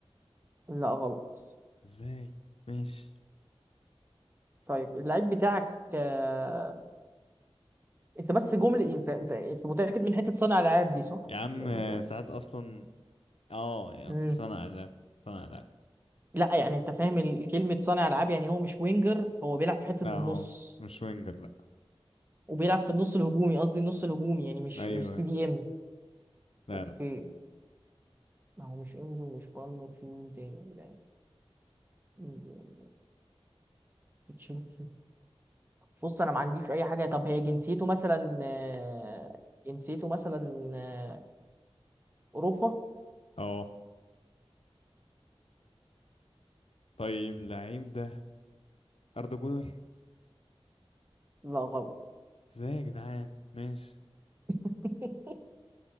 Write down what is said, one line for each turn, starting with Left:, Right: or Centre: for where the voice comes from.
Right: لا غلط
Left: ازاي ماشي
Right: طيب اللعيب بتاعك آه، انت بس جمله انت انت انت متاكد من حته صانع العاب دي صح؟
Left: يا عم
Right: يعني
Left: آه،
Right: هو
Left: ساعات اصلا اه يا
Right: مم.
Left: صنع لا صنع لا
Right: لا يعني انت فاهم ال- كلمه صانع العاب يعني هو مش وينجر هو بيلعب في حته
Left: لا
Right: النص
Left: هو مش وينجر لا
Right: وبيلعب في النص الهجومي قصدي النص الهجومي يعني مش
Left: ايوه
Right: مش سي دي ام
Left: لا
Right: اوكي
Left: لا
Right: ما هو مش انزو مش بالمر في مين تاني ده مين تاني ده في تشيلسي بص انا ما عنديش اي حاجه طب هي جنسيته مثلا آه، جنسيته مثلا آه، اوروبا
Left: اه طيب اللعيب ده اردا جولر
Right: لا غلط
Left: ازاي يا جدعان ماشي
Right: <laughs>